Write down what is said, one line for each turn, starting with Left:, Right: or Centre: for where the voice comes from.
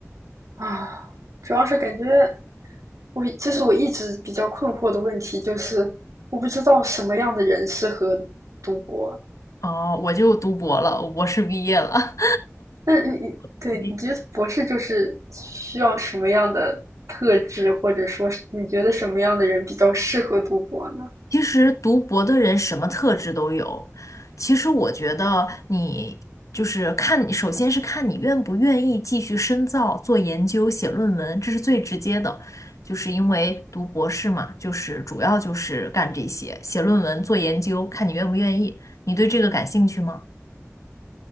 Right: 啊，主要是感觉我其实我一直比较困惑的问题就是，我不知道什么样的人适合读博。
Left: 哦，我就读博了，我博士毕业了。
Right: 那你对你觉得博士就是需要什么样的特质，
Left: <laughs>
Right: 或者说是你觉得什么样的人比较适合读博呢？
Left: 其实读博的人什么特质都有。其实我觉得你就是看，首先是看你愿不愿意继续深造、做研究、写论文，这是最直接的。就是因为读博士嘛，就是主要就是干这些，写论文、做研究，看你愿不愿意。你对这个感兴趣吗？